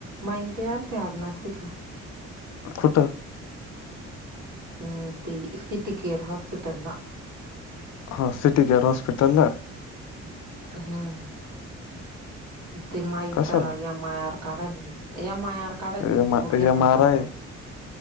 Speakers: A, on the right; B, on the left.
A: माईन ते आल ते आज नाशिकला.
B: कुठ?
A: ह ती सीटीक केअर हॉस्पिटलला.
B: हा सिटी केेअर हॉस्पिटल ला?
A: हम. ते माहीता
B: कशाला
A: एम आर काढायला एम आर. काडा
B: एम
A: गिल्ती गुडग्या
B: एम
A: आन
B: आर
A: कमरचा
B: आय